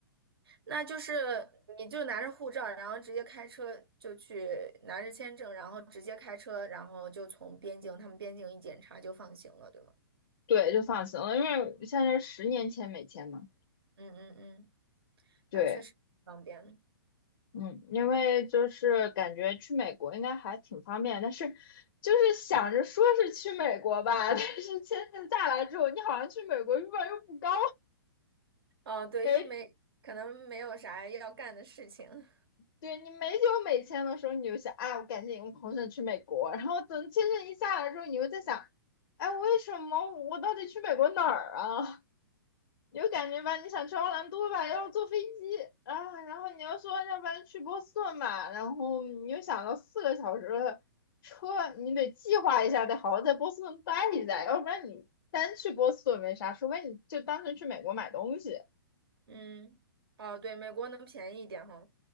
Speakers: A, on the right; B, on the left.
A: 那就是你就拿着护照，然后直接开车就去拿着签证，然后直接开车，然后就从边境，他们边境一检查就放行了，对吗？
B: 对，就放心了，因为现在十年签美签嘛。
A: 嗯嗯嗯，
B: 对，
A: 那确实方便。
B: 嗯，因为就是感觉去美国应该还挺方便，但是就是想着说是去美国吧，但是签证下来之后，你好像去美国欲望又不高。
A: 哦，对，
B: 没
A: 因为没可能没有啥要干的事情。
B: 对你没有美签的时候，你就想，哎，我赶紧我红线去美国。然后等签证一下来之后，你又在想，哎，为什么我到底去美国哪儿啊？你就感觉吧，你想去奥兰多吧，要坐飞机啊，然后你又说，要不然去波士顿吧，然后你又想到四个小时的车，你得计划一下，得好好在波士顿待一下，要不然你单去波士顿没啥，除非你就单纯去美国买东西。
A: <laughs> 嗯，哦，对，美国能便宜一点哈。